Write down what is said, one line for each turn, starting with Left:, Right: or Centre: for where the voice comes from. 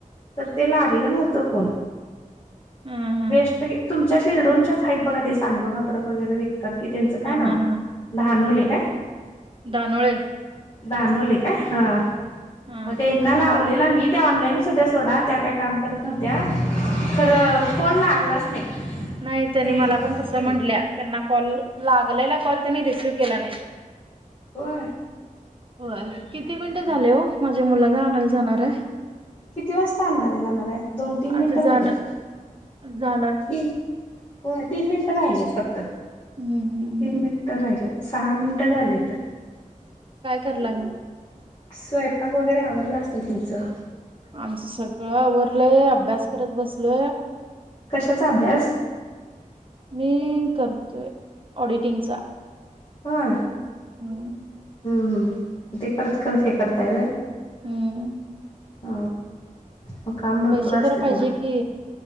Left: तर ते लागलं नव्हतं फोन
Right: हां हां
Left: वेस्ट गे तुमच्या शिरडोनच्याच आहेत बघा ते सांडगं कपडं वगैरे विकतात की त्यांचं काय
Right: हां
Left: नाव
Right: हां हां
Left: दानोळे काय
Right: दानोळे
Left: दानवले काय हा
Right: हां
Left: मग त्यांना लावले.. मी त्या ऑनलाईनच होत्या सोडा त्या काय काम करत नव्हत्या. खरं फोन लागलाच नाही.
Right: नाही त्यांनी
Left: ते
Right: मला पण तस
Left: गेल
Right: म्हटल्या त्यांना कॉल.. लागलेला कॉल त्यांनी रिसिव केला नाही.
Left: होय.
Right: होय
Left: हम्म.
Right: किती मिनिटं झाले हो माझ्या मुलाला आणायला जाणार आहे.
Left: किती वाजता आणणार आहे जाणार आहे. दोन तीन मिनटं
Right: आता
Left: राहिल
Right: जाणार
Left: त
Right: जाणार की
Left: तीन.. होय तीन मिनिटं राहिलेत फक्त.
Right: हम्म हम्म हम्म
Left: तीन मिनिट राहिले सहा मिनिटं झाली तर..
Right: करलाम..
Left: स्वयंपाक वगैरे आववरडला असेल तुमचं.
Right: आमचं सगळं वरलय अभ्यास करत बसलोय.
Left: कशाचा अभ्यास?
Right: मी करतोय ऑडिटिंगचा.
Left: हो.
Right: हम्म.
Left: हम्म हम् ते करत करत हे करताय.
Right: हम्म.
Left: अ मग काम भरपूर
Right: पैसे
Left: असते
Right: तर पाहिजे
Left: तुम्हाला.
Right: की